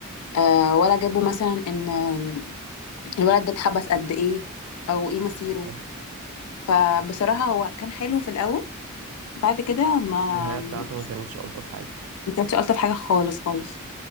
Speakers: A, on the left (about 85°); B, on the right (about 70°).
A: آه ولا جابوا مثلا ان آم، الولد ده اتحبس قد ايه او ايه مصيره
B: أيوة.
A: فبصراحة هو كان حلو في الاول بعد كده ما
B: النهايه بتاعته ما كانتش الطف حاجه
A: ما كانش الطف حاجة خالص خالص